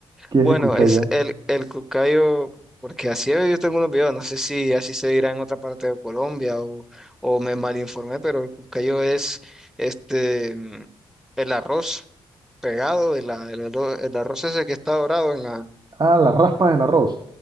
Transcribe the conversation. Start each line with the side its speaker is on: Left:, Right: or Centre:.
Right: ¿Qué
Centre: Bueno,
Right: es el cucaya?
Centre: es el, el cucayo, porque así yo tengo unos videos, no sé si así se dirá en otra parte de Colombia o, o me malinformé, pero el cucayo es este, mm, el arroz. pegado de la, del arro- el arroz ese que está dorado en la...
Right: Ah, la raspa del arroz.